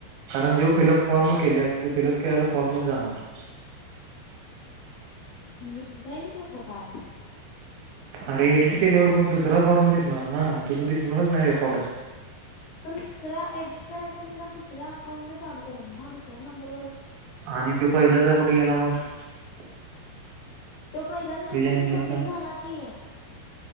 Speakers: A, on the right; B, on the left.
A: कारण जू फिलअप फॉर्म केले असते फिलअप केल्याला फॉर्मच जाणार <inaudible>
B: मी जाईल कसं काय
A: अरे एडिट केल्यावर मग दुसरा फॉर्म दिसणार ना तुझं दिसणारच नाही रेकॉर्ड <inaudible>
B: पण दुसऱ्या एडिट करायचं म्हणलं दुसऱ्या अकाउंट न चालू केल ना दुसरा नंबर
A: आणि तो पहिलं जा कुठे गेला मग. <inaudible>
B: तो पहिलाच त्यांच्या
A: तुझ्या
B: पाशी
A: ईमेलचा
B: सबमिट झाला की